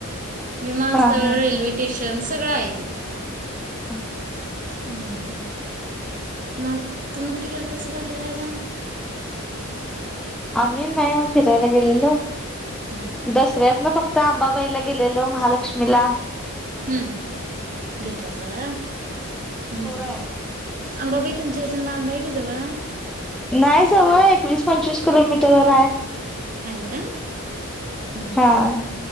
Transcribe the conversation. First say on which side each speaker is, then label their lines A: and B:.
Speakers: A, on the right; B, in the centre.
A: विमानस्थळ
B: हा हा
A: रेल्वे टेशन सगळ आहे तिथं.
B: हम.
A: हम्म हम्म. मग तुम्ही कुठे गेलतासा फिरायला?
B: आम्ही नाही फिरायला गेलेलो.
A: हम्म हम्म
B: दसऱ्यात ना फक्त आंबाबाईला गेलेलो महालक्ष्मी मला
A: हम्म गेलतासा व्हय? हम्म
B: होय.
A: अंबाबाई तुमच्या इथून लांब आहे की जवळ हाय
B: नाही जवळाय एकवीस पंचवीस किलोमीटर वर आहे.
A: हाय का? ह ह.
B: हा.